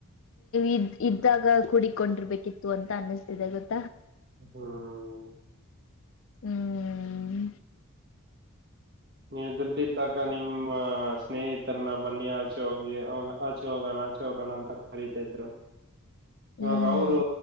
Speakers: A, on the left (about 60°); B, on the right (about 45°).
A: ಇದ್ ಇದ್ದಾಗ ಕುೂಡಕೊಂಡಿರ್ಬೇಕಿತ್ತು ಅಂತ ಅನ್ನಿಸ್ತಿದೆ ಗೊತ್ತ
B: ಹ್ಮ್
A: ಹ್ಮ
B: ನೀವು ದುಡ್ಡಿದ್ದಾಗ ನಿಮ್ಮ ಸ್ನೇಹಿತರನ್ನ ಬನ್ನಿ ಆಚೆ ಹೋಗಿ ಆಗ ಆಚೆ ಹೋಗೋಣ ಆಚೆ ಹೋಗೋಣ ಅಂತ ಕರತಿದ್ರು ಇವಾಗ
A: ಹ್ಮ್
B: ಅವರು